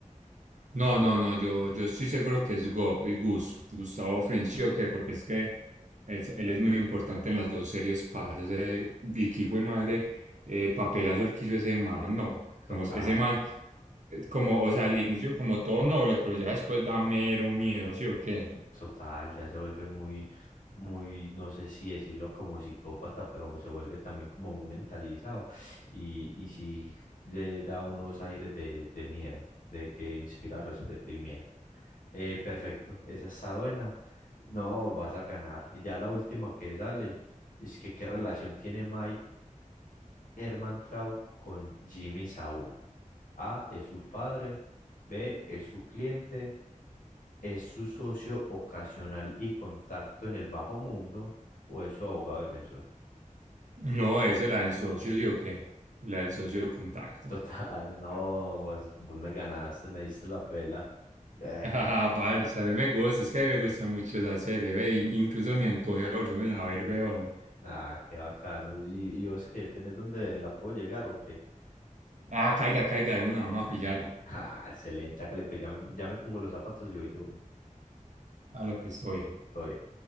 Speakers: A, on the right; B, on the left.
A: No, no, no, yo, yo estoy seguro que es Go, eh, Gus, Gustavo Frinzi, ¿o qué? Porque es que él, él es muy importante en las dos series, parce, y que fue madre, eh, papelazo el que hizo ese man, no,
B: total.
A: como ese man, eh, como, o sea, al inicio como todo noble, pero ya después da mero miedo, ¿sí o qué?
B: Total, ya se vuelve muy, muy, no sé si decirlo como psicópata, pero se vuelve también como muy mentalizado y, y sí le da unos aires de, de miedo, de que inspira respeto y miedo. Eh, perfecto, esa está buena. No, vas a ganar. Y ya la última que sale es que qué relación tiene Mike Hermantraut con Jimmy Saúl. A es su padre, B es su cliente, es su socio ocasional y contacto en el bajo mundo o es su abogado defensor.
A: No, es la del socio, ¿sí o qué? La del socio de contacto.
B: <laughs> Total, no, vos, vos me ganaste, me diste la pela. Eh,
A: Ah, parce, a mí me gusta, es que a mí me gusta mucho esa serie, ve, in- incluso me antojé de volverme a ver, weón.
B: nada, qué bacano. ¿Y, y vos qué? ¿Tenés dónde la puedo llegar o qué? <laughs>
A: Ah, caiga, caiga de una, vamos a pillarla.
B: Ah, excelente, hágale, pues ya me, ya me pongo los zapatos y voy de una.
A: Dale, pues, estoy bien.
B: Todo bien.